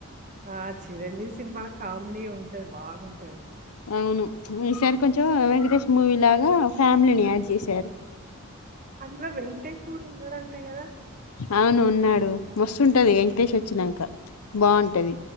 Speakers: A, on the right; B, on the left.
A: ఆ చిరంజీవి సినిమాలో కామెడీ ఉంటది బాగుంటది
B: అవును ఈసారి కొంచెం వెంకటేష్ మూవీ లాగా ఫ్యామిలీని యాడ్ చేశారు
A: అందులో వెంకటేష్ కూడా ఉన్నాడుంటా కదా
B: అవును ఉన్నాడు మస్తుంటది వెంకటేష్ వచ్చినాక బాగుంటది